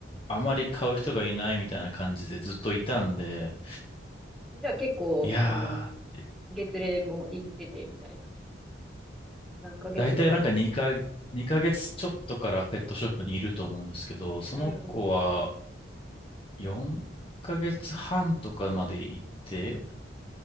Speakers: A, on the left (about 30°); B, in the centre.
A: あまり買う人がいないみたいな感じでずっといたんで、
B: じゃあ結構、
A: いやー、
B: あの、月齢も行っててみたいな。何ヶ月ぐらい。
A: だいたいなんか2か、二ヶ月ちょっとからペットショップにいると思うんですけど、その子は
B: うん。
A: 4ヶ月半とかまで行って、